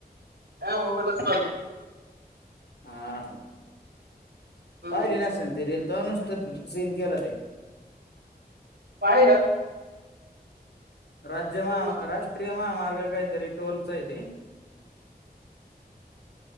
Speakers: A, on the right (about 85°); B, on the left (about 90°).
A: हा मोबाईलच
B: हा हा.
A: हम्म.
B: पाहिली नसेन ति रिल, तर नुसतं सीन केलं ते
A: पाहिलं
B: राज्य महा,
A: फोन वाचून
B: राष्ट्रीय महामार्ग कायतरी टोलच आहेे ते.